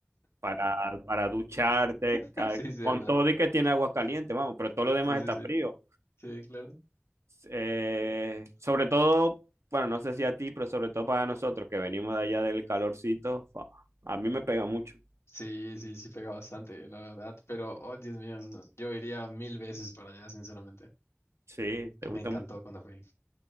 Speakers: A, on the right; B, on the left.
A: para, para ducharte,
B: <laughs>
A: ca-
B: sí, es verdad.
A: con todo y que tiene agua caliente, vamos, pero todo lo demás
B: Sí, sí,
A: está
B: sí,
A: frío.
B: sí, claro.
A: Eh, sobre todo, bueno, no sé si a ti, pero sobre todo para nosotros que venimos de allá del calorcito, fu- a mí me pega mucho.
B: Sí, sí, sí pega bastante, la verdad. Pero, oh, Dios mío, no, yo iría mil veces para allá, sinceramente.
A: Sí, te
B: Me
A: gusta
B: encantó
A: mucho.
B: cuando fui.